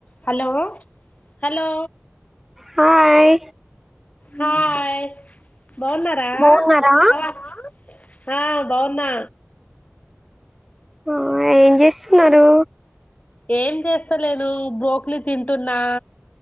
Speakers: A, on the left; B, in the centre.
A: Hello hello
B: hi
A: hi బావున్నార
B: బాగున్నారా
A: ఆ బాగున్నా
B: ఆ ఏం చేస్తున్నారు
A: ఏం చేస్తాలేదు బ్రోక్లీ తింటున్నా